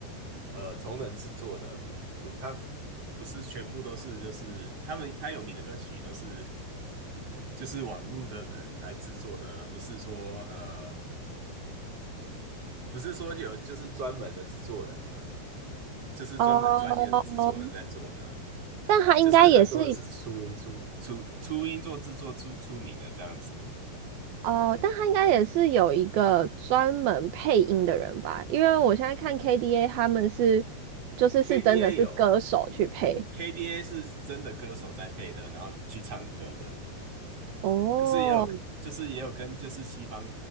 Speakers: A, on the right (about 35°); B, on the right (about 70°).
A: 呃同人制作的，不不，它不是全部都是就是他们他有名的歌曲都是就是网络的人来制作的，而不是说呃不是说有就是专门的制作人啊，就是专门专业的制作人在做的，
B: 哦，但他应该也是
A: 就是很多人是初音出出初音做制作出出名的这样子
B: 哦，但他应该也是有一个专门配音的人吧？因为我现在看 KDA 他们是就是是真的是歌手去配。
A: ，KDA 有。KDA 是真的歌手在配的，然后去唱歌的。
B: 哦，
A: 可是也有，就是也有跟就是西方